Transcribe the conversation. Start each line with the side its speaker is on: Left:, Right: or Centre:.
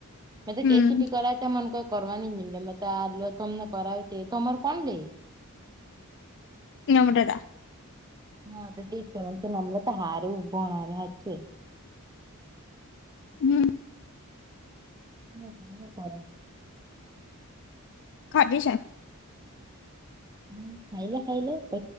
Right: મ તો
Left: હમ
Right: કેસીપી કરાવ તો મને ક કરવાની જ ની મલે મેતો તો આલુ તમને કરાવી તે તો તમાર કોણ લે
Left: નર્મદા
Right: હા તો ઠીકર આમ તો નર્મદા હારું ભણાવે હાચે
Left: હમ્મ
Right: હ હું કરે
Left: ખાઘી છે
Right: હમ્મ ખાઈ લે ખાઈ લે પછ